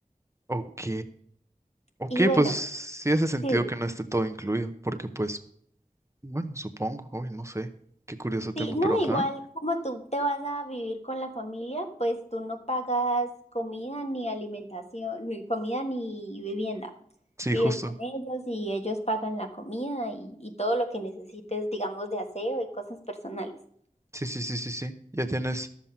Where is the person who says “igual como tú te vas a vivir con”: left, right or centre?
Left